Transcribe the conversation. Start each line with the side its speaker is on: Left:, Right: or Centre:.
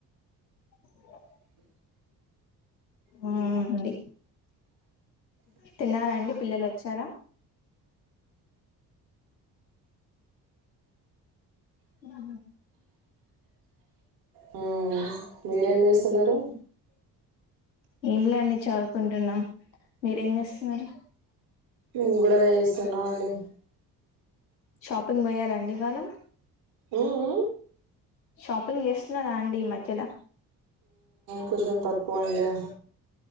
Left: అ ఊ అండి తిన్నారా అండి పిల్లలు వచ్చారా ఆ
Right: మ్మ్ మీరేం జేస్తున్నారు
Left: ఏంలా అండి చదువుకుంటున్నాం మీరేం చేస్తున్నారు
Right: మేము గూడా అదే జేస్తున్నాం అండి
Left: షాపింగ్ పోయారాండి ఇవాళ
Right: ఉ ఉ
Left: షాపింగ్ చేస్తున్నారా అండి ఈ మధ్యలా
Right: కొంచెం తక్కువ అండి